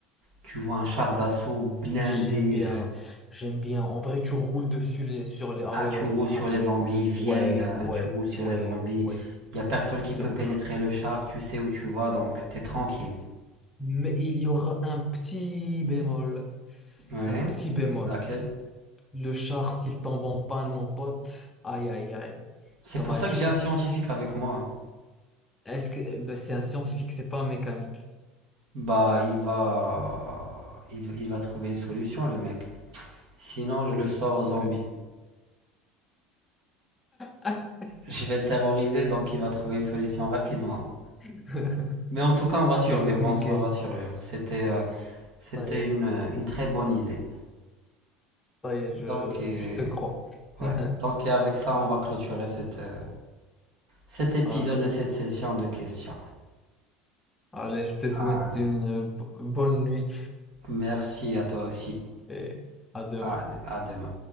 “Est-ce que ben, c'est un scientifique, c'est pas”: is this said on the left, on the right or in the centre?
Left